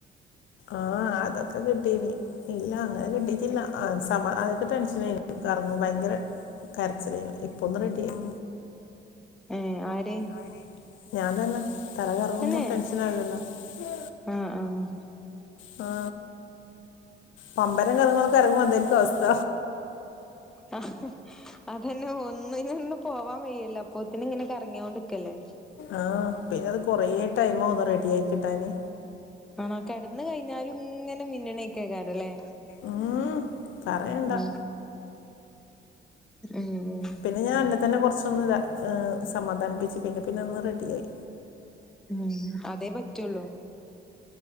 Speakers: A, on the left; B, in the centre.
A: ആഹ അതൊക്കെ കിട്ടീന് ഇല്ല അങ്ങനെ കിട്ടീട്ടില്ല. ആ സമാ അതൊക്കെ ടെൻഷൻ കറങ്ങു ഭയങ്കര കരച്ചിലായി ഇപ്പൊന്ന് റെഡി ആയി.
B: ഏ ആര്
A: ആര് ഞാൻ തന്നൊ തല കറങ്ങുമ്പോ
B: തന്നെ
A: ടെൻഷൻ ആകല്ലോ. ഹ
B: ആഹ് ആഹ്
A: ഹ ആ പമ്പരം കറങ്ങുപോലെ കറങ്ങും അതായിരിക്കും അവസ്ഥ.
B: ആഹ് അപ്പം പിന്നെ. ഒന്നിനൊന്നും പോവാൻ വയ്യല്ലോ അപ്പൊത്തിന് ഇങ്ങനെ കറങ്ങിയോണ്ട്ക്കല്ലേ.
A: ആഹ് പിന്നെ അത് കുറേ ടൈമ് ആവും ഒന്ന് റെഡി ആയി കിട്ടാന്.
B: ആണോ കിടന്ന് കഴിഞ്ഞാലും ഇങ്ങനെ മിന്നുണയിക്കക്കാരല്ലേ?
A: ഉം, പറയണ്ട
B: ഉ ഉം
A: പിന്നെ ഞാൻ അന്നെ തന്നെ കുറച്ചൊന്ന് സമാധാനിപ്പിച്ചു പിന്നെ പിന്നെ ഒന്ന് റെഡിയായി.
B: ഉം അതേ പറ്റുള്ളൂ.